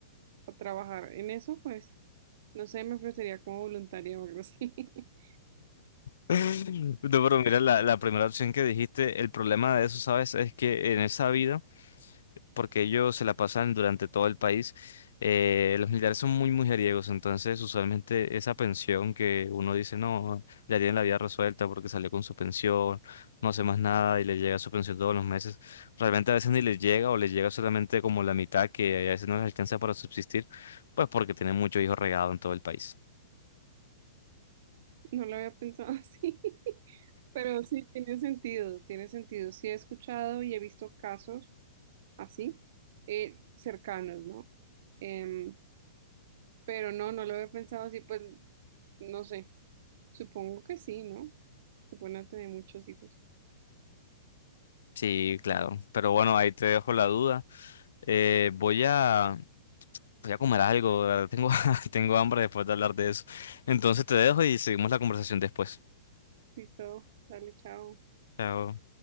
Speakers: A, on the right; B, on the left.
A: a trabajar en eso, pues no sé, me ofrecería como voluntaria o algo así. <laughs>
B: <laughs> No, pero mira, la, la primera opción que dijiste, el problema de eso, ¿sabes? Es que en esa vida... porque ellos se la pasan durante todo el país. Eh, los militares son muy mujeriegos, entonces usualmente esa pensión que uno dice, no, ya tiene la vida resuelta porque salió con su pensión, no hace más nada y le llega su pensión todos los meses, realmente a veces ni les llega o les llega solamente como la mitad que a veces no les alcanza para subsistir, pues porque tienen muchos hijos regados en todo el país.
A: No lo había pensado así, <laughs> pero sí tiene sentido, tiene sentido. Sí he escuchado y he visto casos así, eh, cercanos, ¿no? Em, pero no, no lo había pensado así, pues, no sé, supongo que sí, ¿no? Se pueden a tener muchos hijos.
B: Sí, claro, pero bueno, ahí te dejo la duda. Eh, voy a Voy a comer algo, la verdad, tengo, <laughs> tengo hambre después de hablar de eso. Entonces te dejo y seguimos la conversación después.
A: Listo, dale, chao.
B: Chao.